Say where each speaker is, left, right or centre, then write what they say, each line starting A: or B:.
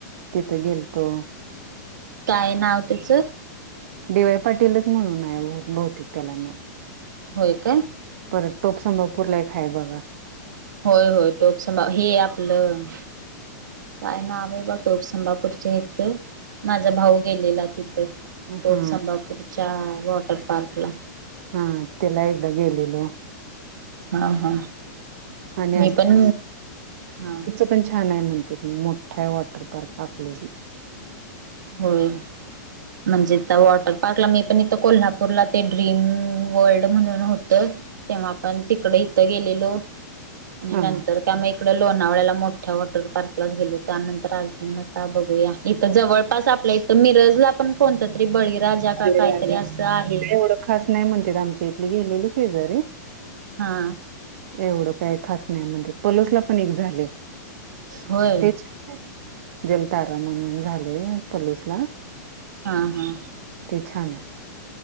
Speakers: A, on the right; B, on the right.
A: तिथं गेलतो
B: काय नाव तेचं.
A: डी-वाय पाटीलच म्हणून आहे. भौतिक त्याला नाव.
B: होय काय.
A: परत टोप संभापूरला एक हाय बघा.
B: होय होय. टोप संभापूर हे आपलं. काय नाव आहे बघा. तोप संभपूरच्या इथं माझा भाऊ गेलेला तिथ. तेच तोप
A: हा
B: संभापूरच्या वॉटर पार्कला,
A: हा तेला एकदा गेलेलो.
B: हा हा.
A: आणि
B: मी पण हा,
A: ते पण छान आहे म्हणत्यात, मोठा आहे वॉटर पार्क अकलूज
B: होय. म्हणजे त्या वॉटर पार्कला मी पण इथ कोल्हापूरला ते ड्रीम वर्ल्ड म्हणून होतं. तेव्हा आपण तिकड इथं गेलेलो. आणि
A: हा
B: नंतर, त्या मग इकड लोणावळ्याला मोठ्या वॉटर पार्कलाच गेलो. त्यानंतर अजून आता बघूया. इथ जवळपास आपल्या इथ मिरजला पण कोणत तरी बळीराजा का
A: ते
B: काहीतरी
A: राजा ते
B: असं आहे.
A: काय एवढं खास नाही म्हणत्यात आमच्या इथली गेलेली शेजारी.
B: हा.
A: एवढं काय खास नाही म्हणत्यात. पलुसला पण एक झाले.
B: होय
A: तेच जलतारा म्हणून झाले पलूस ला.
B: हा हा.
A: ते छान आहे.